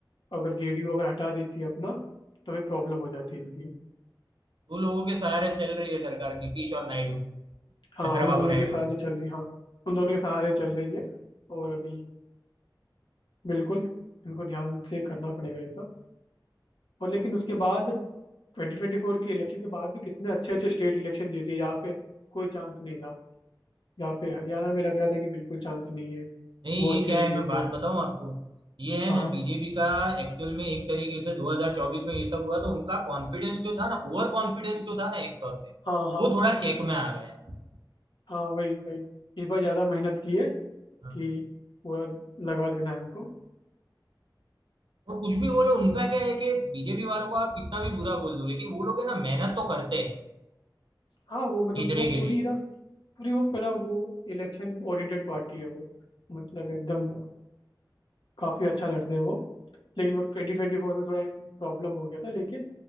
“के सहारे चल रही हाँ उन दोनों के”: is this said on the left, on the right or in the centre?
Left